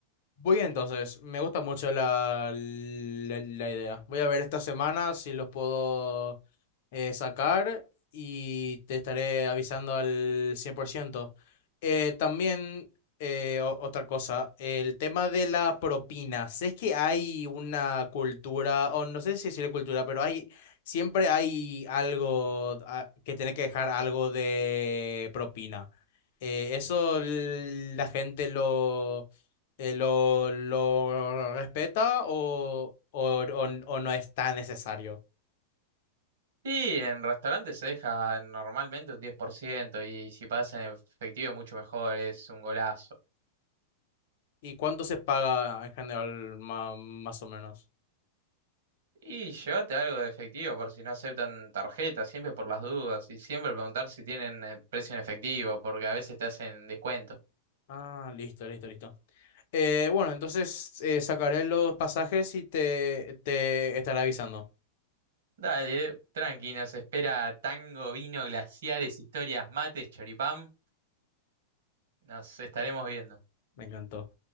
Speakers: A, on the left; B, on the right.
A: voy entonces. Me gusta mucho la, la, la idea. Voy a ver esta semana si los puedo eh, sacar y te estaré avisando al 100%. Eh, también, eh, o- otra cosa, el tema de la propina. Sé que hay una cultura, o no sé si decir cultura, pero hay, siempre hay algo ah, que tiene que dejar algo de propina. Eh, eso l- la gente lo, eh, lo, lo respeta o, o, o- o no es tan necesario.
B: Y en restaurantes se deja normalmente un 10% y si pagas en efectivo mucho mejor, es un golazo.
A: ¿Y cuánto se paga en general ma- más, o menos?
B: Y llévate algo de efectivo por si no aceptan tarjeta, siempre por las dudas y siempre preguntar si tienen eh, precio en efectivo porque a veces te hacen descuento.
A: Ah, listo, listo, listo. Eh, bueno, entonces eh, sacaré los pasajes y te, te estaré avisando.
B: Dale, tranqui, nos espera tango, vino, glaciares, historias, mates, choripán. Nos estaremos viendo.
A: Me encantó.